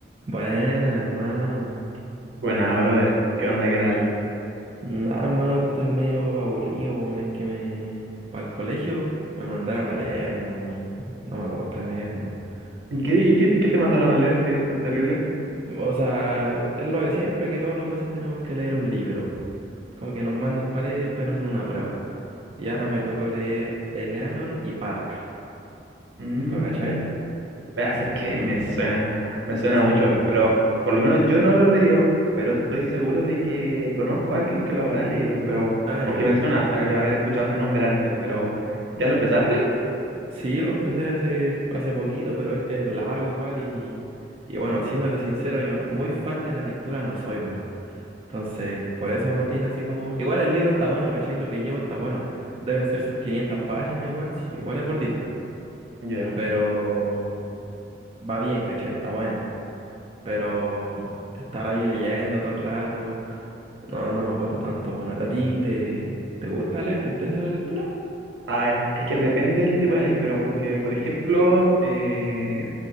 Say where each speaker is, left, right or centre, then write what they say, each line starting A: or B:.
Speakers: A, on the right; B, on the right.
A: Buena, hermano.
B: Buena, brother. ¿Qué onda? ¿Qué tal?
A: No, hermano, estoy medio aburrido, weón. Es que me... Para el colegio me mandaron a leer, weón. y No me gusta leer, weón.
B: ¿Y ¿Qué, y qué, qué te mandaron a leer? ¿Qué tan terrible?
A: O sea, es lo de siempre, que todos los meses tenemos que leer un libro. Como que nos mandan para leer y después nos hacen una prueba. Y ahora me tocó leer Eleanor y Park.
B: Mmm,
A: ¿Lo cachai?
B: veas, es que me suena, me suena
A: ¿Te suena?
B: mucho, pero por lo menos yo no lo leo, pero estoy seguro de que conozco a alguien que lo habrá leído, pero
A: Ah, ya.
B: porque me suena haber haber escuchado ese nombre antes, pero ¿ya lo empezaste?
A: Sí, lo empecé hace, hace poquito, pero es, es largo igual y... Y bueno, siéndote sincero, yo muy fan de la lectura no soy, weón. Entonces, por eso me tiene así como... Igual el libro está bueno, ¿cachai? Lo que llevo está bueno. Deben ser sus 500 páginas igual, sí, igual es gordito.
B: Ya.
A: Pero va bien, ¿cachai? Está bueno. Pero estar ahí leyendo todo el rato, no, no me gusta tanto. Bueno, ¿a ti te, te gusta leer? ¿Te interesa la lectura?
B: Ah, es es que depende del tipo de lectura, porque, por ejemplo, eh,